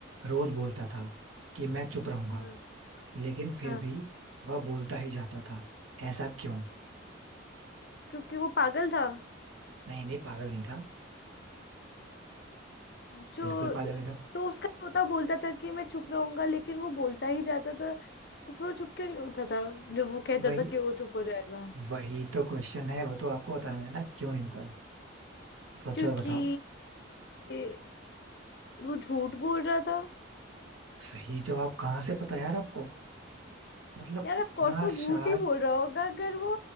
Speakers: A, on the right (about 85°); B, on the left (about 55°).
A: रोज बोलता था कि मैं चुप रहूंगा
B: हाँ
A: लेकिन फिर
B: हाँ
A: भी वह बोलता ही जाता था ऐसा क्यों
B: क्योंकि वो पागल था
A: नहीं नहीं पागल नहीं था
B: जो
A: बिल्कुल पागल नहीं था
B: तो उसका तोता बोलता था कि मैं चुप रहूंगा लेकिन वो बोलता ही जाता था तो फिर वो चुप क्यों नहीं होता था जब वो कहता
A: वही
B: था कि वो चुप हो जाएगा
A: वही तो क्वेश्चन है वो तो आपको बताना है ना क्यों नहीं होता था सोचो
B: क्योंकि
A: और बताओ
B: ये- वो झूठ बोल रहा था
A: सही जवाब कहाँ से पता यार आपको मतलब
B: यार
A: इतना
B: ऑफ कोर्स वो झूठ
A: शार्प
B: ही बोल रहा होगा अगर वो